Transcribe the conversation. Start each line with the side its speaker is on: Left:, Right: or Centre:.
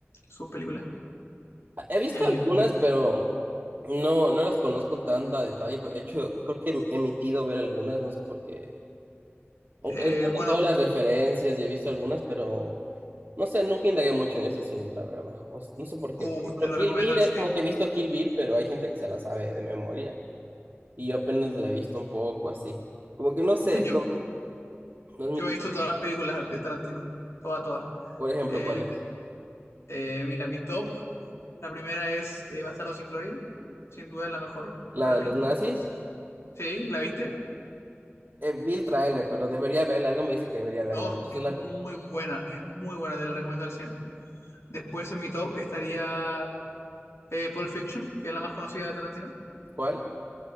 Left: sus películas.
Right: He visto
Left: Eh,
Right: algunas, pero no, no las conozco tan a detalle. De hecho, creo que he emitido ver algunas, no sé por qué. Aunque
Left: eh,
Right: entiendo
Left: bueno,
Right: todas las referencias y he visto algunas, pero... No sé, nunca indagué mucho en ese cine, la verdad. O s- no sé por
Left: uh,
Right: qué. Por ejemplo,
Left: te lo
Right: Kill
Left: recomiendo
Right: Bill
Left: al
Right: es
Left: 100%.
Right: como que he visto Kill Bill, pero hay gente que se la sabe de memoria. Y yo apenas la he visto un poco así. Como que no sé,
Left: <laughs> Yo,
Right: no, no es mi
Left: yo me
Right: tipo.
Left: he visto todas las películas de Tarantino. Todas, todas.
Right: Por ejemplo,
Left: Eh,
Right: ¿cuál es?
Left: eh, mira, mi top. La primera es eh, Bastardo sin Gloria. Sin duda es la mejor
Right: La
Left: para
Right: de
Left: mí.
Right: los nazis.
Left: ¿Sí? ¿La viste?
Right: Eh, vi el tráiler, pero debería verla. Algo
Left: Uh,
Right: me dice que debería verla.
Left: No,
Right: De hecho,
Left: es
Right: es una...
Left: muy buena. Es muy buena. Te la recomiendo al 100%. Después en mi top estaría Eh, Pulp Fiction, que es la más conocida de Tarantino.
Right: ¿Cuál?